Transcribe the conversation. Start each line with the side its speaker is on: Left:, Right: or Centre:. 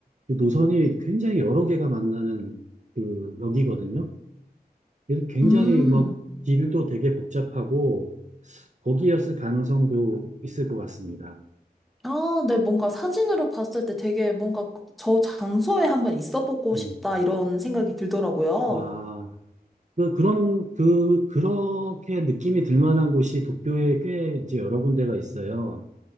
Right: 그 노선이 굉장히 여러 개가 만나는 그 역이거든요. 그래서 굉장히
Centre: 음.
Right: 막 길도 되게 복잡하고 거기였을 가능성도 있을 것 같습니다.
Centre: 아, 네, 뭔가 사진으로 봤을 때 되게 뭔가 저 장소에 한번 있어 보고
Right: 음.
Centre: 싶다, 이런 생각이 들더라고요.
Right: 아, 그, 그런, 그, 그렇게 느낌이 들 만한 곳이 도쿄에 꽤 이제 여러 군데가 있어요.